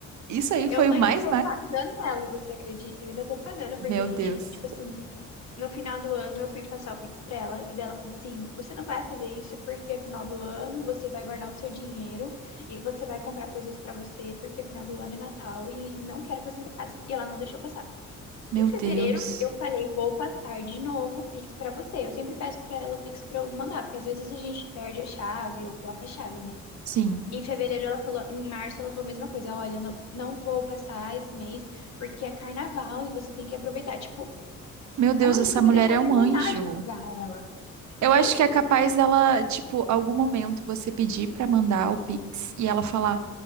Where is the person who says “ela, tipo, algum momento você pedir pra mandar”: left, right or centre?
Right